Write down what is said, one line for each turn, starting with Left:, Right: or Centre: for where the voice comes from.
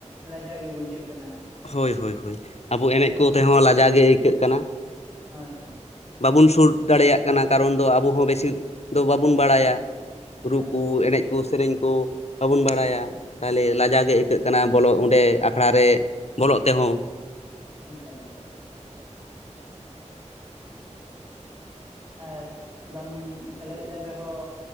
Right: ᱞᱟᱡᱟᱣ ᱜᱮ ᱵᱩᱡᱷᱟᱹᱜ ᱠᱟᱱᱟ
Left: ᱦᱳᱭ ᱦᱳᱭ ᱦᱳᱭ, ᱟᱵᱚ ᱮᱱᱮᱡ
Right: ᱟᱫᱚ
Left: ᱠᱚ ᱛᱮᱦᱚᱸ ᱞᱟᱡᱟᱣ ᱜᱮ ᱟᱹᱭᱠᱟᱹᱜ ᱠᱟᱱᱟ᱾
Right: ᱦᱳᱭ ᱦᱳᱭ
Left: ᱵᱟᱵᱚᱱ ᱥᱩᱨ ᱫᱟᱲᱮᱭᱟᱜ ᱠᱟᱱᱟ ᱠᱟᱨᱚᱱ ᱫᱚ ᱟᱵᱚ ᱦᱚᱸ ᱵᱮᱥᱤ ᱫᱚ ᱵᱟᱵᱚᱱ ᱵᱟᱲᱟᱭᱟ
Right: ᱮᱠᱟᱞ
Left: ᱨᱩ ᱠᱚ
Right: ᱮᱠᱟᱞ
Left: ᱮᱱᱮᱡ ᱠᱚ ᱥᱮᱨᱮᱧ ᱠᱚ ᱵᱟᱵᱚᱱ ᱵᱟᱲᱟᱭᱟ
Right: ᱦᱳᱭ
Left: ᱛᱟᱦᱞᱮ ᱞᱟᱡᱟᱣ ᱜᱮ ᱮᱭ ᱪᱤᱠᱟ. ᱜ ᱠᱟᱱᱟ ᱵᱚᱞᱚᱜ ᱚᱸᱰᱮ ᱟᱠᱷᱲᱟ ᱨᱮ ᱵᱚᱞᱚᱜ ᱛᱮᱦᱚᱸ ᱠᱟᱹᱜ
Right: ᱮᱠᱟᱞ ᱮᱠᱟᱞ ᱟᱨ ᱵᱟᱝ ᱥᱮᱞᱮᱫ ᱞᱮᱱ ᱨᱮᱦᱚᱸ